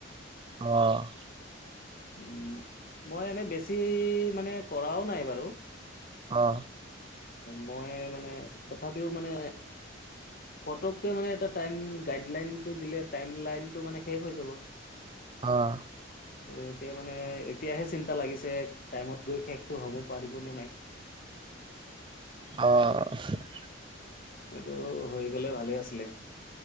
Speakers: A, on the right (about 25°); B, on the left (about 50°).
A: অ'।
B: উম, মই এনে বেছি মানে কৰাও নাই বাৰু।
A: অ'।
B: মই মানে তথাপিও মানে ফতকে মানে এটা টাইম গাইডলাইন টো দিলে টাইম লাইনটো মানে শেষ হৈ যাব।
A: অ'।
B: ত এতিয়া মানে এতিয়াহে চিন্তা লাগিছে টাইমত গৈ শেষটো হ'ব পাৰিব নে নাই।
A: অঁ'।
B: এইটো হৈ গ'লে ভালে আছিলে।